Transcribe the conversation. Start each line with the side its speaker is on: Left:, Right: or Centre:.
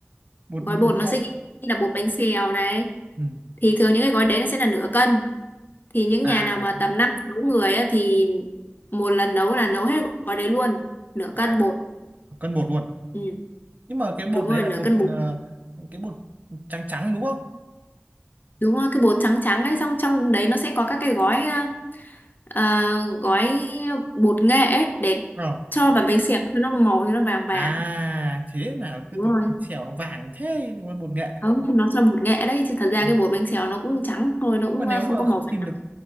Right: bột
Left: gói bột
Right: bột
Left: nó
Right: khô
Left: sẽ ghi là bột bánh xèo này.
Right: ừ.
Left: Thì thường những cái gói đấy nó sẽ là nửa cân thì những
Right: à
Left: nhà nào mà tầm năm sáu người á, thì một lần nấu là nấu hết gói đấy luôn nửa
Right: à
Left: cân bột
Right: cân bột luôn
Left: ừ,
Right: nhưng mà cái
Left: đúng
Right: bột
Left: rồi
Right: đấy là
Left: nửa
Right: bột
Left: cân bột
Right: ờ, cái bột trắng trắng đúng không
Left: đúng rồi cái bột trắng trắng ấy xong trong đấy nó sẽ có các cái gói ờ, gói bột nghệ ấy để
Right: ờ.
Left: cho vào bánh xèo cho nó màu cho nó vàng vàng
Right: à thế là cứ
Left: đúng
Right: tưởng
Left: rồi
Right: bánh xèo nó vàng thế mà bột nghệ
Left: không nó cho bột nghệ đấy chứ thật ra
Right: Ừ.
Left: cái bột bánh xèo nó cũng trắng thôi nó
Right: nhưng
Left: cũng
Right: mà nếu
Left: ờ,
Right: mà
Left: không có màu
Right: không
Left: vàng
Right: tìm được